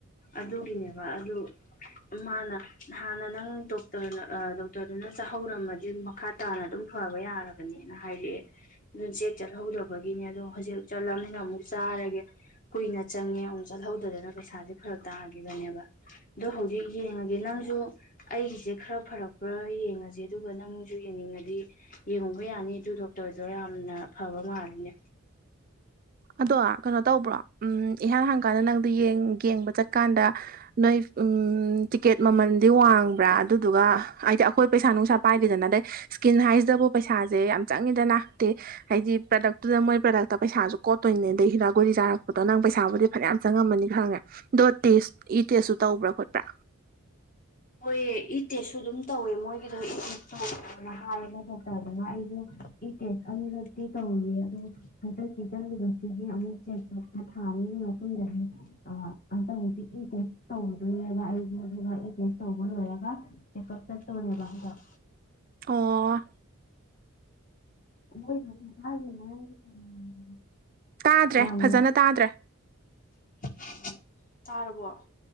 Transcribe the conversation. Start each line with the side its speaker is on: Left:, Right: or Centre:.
Left: ꯑꯗꯨꯒꯤꯅꯦꯕ ꯑꯗꯨ ꯃꯥꯅ ꯅꯍꯥꯟꯅ ꯅꯪ ꯗꯣꯛꯇꯔꯅ ꯗꯣꯛꯇꯔꯗꯨꯅ ꯆꯥꯍꯧꯔꯝꯃꯗꯤ ꯃꯈꯥ ꯇꯥꯅ ꯑꯗꯨꯝ ꯐꯕ ꯌꯥꯔꯕꯅꯦꯅ ꯍꯥꯏꯔꯛꯑꯦ ꯑꯗꯨꯅ ꯆꯦꯛ ꯆꯠꯍꯧꯗꯕꯒꯤꯅꯦ ꯑꯗꯣ ꯍꯧꯖꯤꯛ ꯆꯠꯂꯕꯅꯤꯅ ꯑꯃꯨꯛ ꯆꯥꯔꯒꯦ ꯀꯨꯏꯅ ꯆꯪꯉꯦ ꯑꯃꯨꯛ ꯆꯠꯍꯧꯗꯗꯅ ꯄꯩꯁꯥꯁꯦ ꯐꯔꯛ ꯇꯥꯈꯤꯕꯅꯦꯕ ꯑꯗꯣ ꯍꯧꯖꯤꯛ ꯌꯦꯡꯉꯒꯦ ꯅꯪꯁꯨ ꯑꯩꯒꯤꯁꯦ ꯈꯔ ꯐꯔꯛꯄ꯭ꯔꯥ ꯌꯦꯡꯉꯁꯦ ꯑꯗꯨꯒ ꯅꯪꯁꯨ ꯌꯦꯡꯅꯤꯡꯉꯗꯤ ꯌꯦꯡꯉꯨꯕ ꯌꯥꯅꯤ ꯑꯗꯨ ꯗꯣꯛꯇꯔꯗꯣ ꯌꯥꯝꯅ ꯐꯕ ꯃꯥꯜꯂꯤꯅꯦ
Right: ꯑꯗꯣ ꯀꯩꯅꯣ ꯇꯧꯕ꯭ꯔꯣ ꯎꯝ ꯏꯍꯥꯟ ꯍꯥꯟ ꯀꯥꯟꯗ ꯅꯪꯗꯣ ꯌꯦꯡ ꯌꯦꯡꯕ ꯆꯠꯀꯥꯟꯗ ꯅꯣꯏ ꯇꯤꯀꯦꯠ ꯃꯃꯜꯗꯤ ꯋꯥꯡꯕ꯭ꯔꯥ ꯑꯗꯨꯗꯨꯒ ꯍꯥꯏꯗꯤ ꯑꯩꯈꯣꯏ ꯄꯩꯁꯥ ꯅꯨꯡꯁꯥ ꯄꯥꯏꯗꯦꯗꯅ ꯑꯗꯩ ꯏꯁ꯭ꯀꯤꯟ ꯍꯥꯏꯁꯤꯇꯕꯨ ꯄꯩꯁꯥꯁꯦ ꯌꯥꯝ ꯆꯪꯉꯤꯗ ꯇꯦ ꯍꯥꯏꯗꯤ ꯄ꯭ꯔꯗꯛꯇꯨꯗ ꯃꯣꯏ ꯄ꯭ꯔꯗꯛꯇ ꯄꯩꯁꯥꯁꯨ ꯀꯣꯠꯇꯣꯏꯅꯦ ꯑꯗꯩ ꯍꯤꯗꯥꯛ ꯒꯨꯂꯤ ꯆꯥꯔꯄꯗꯣ ꯅꯪ ꯄꯩꯁꯥꯕꯨꯗꯤ ꯐꯅꯌꯥꯝ ꯆꯪꯉꯝꯃꯅꯤ ꯈꯪꯉꯦ ꯗꯣ ꯇꯦꯁ ꯏ ꯇꯦꯁꯁꯨ ꯇꯧꯕ꯭ꯔꯥ ꯈꯣꯠꯄ꯭ꯔꯥ
Left: ꯍꯣꯏꯌꯦ ꯏ ꯇꯦꯁꯁꯨ ꯑꯗꯨꯝ ꯇꯧꯋꯦ ꯃꯣꯏꯒꯤꯗꯣ ꯏ ꯇꯦꯁ ꯇꯧꯒꯅꯣꯅ ꯍꯥꯏꯌꯦꯕ ꯗꯣꯛꯇꯔꯗꯨꯅ ꯑꯩꯁꯨ ꯏꯇꯦꯁ ꯑꯅꯤꯔꯛꯇꯤ ꯇꯧꯔꯨꯔꯦ ꯑꯗꯨ ꯍꯟꯗꯛꯀꯤ ꯆꯠꯂꯨꯕꯁꯤꯒꯤ ꯑꯃꯨꯛ ꯆꯦꯛ ꯆꯠꯄ ꯊꯥ ꯑꯅꯤꯒꯤ ꯃꯇꯨꯡꯗꯗꯤ ꯑ ꯍꯟꯇꯛꯃꯨꯛꯇꯤ ꯏ ꯇꯦꯁ ꯇꯧꯗꯨꯏꯅꯦꯕ ꯑꯩꯖꯨ ꯑꯗꯨꯒ ꯏ ꯇꯦꯁ ꯇꯧꯕ ꯂꯣꯏꯔꯒ ꯆꯦꯛꯑꯞ ꯆꯠꯇꯧꯅꯦꯕ ꯍꯟꯗꯛ
Right: ꯑꯣ
Left: <unintelligible>
Right: ꯇꯥꯗ꯭ꯔꯦ
Left: ꯌꯥꯝ
Right: ꯐꯖꯅ ꯇꯥꯗ꯭ꯔꯦ
Left: <unintelligible> ꯇꯥꯔꯕꯣ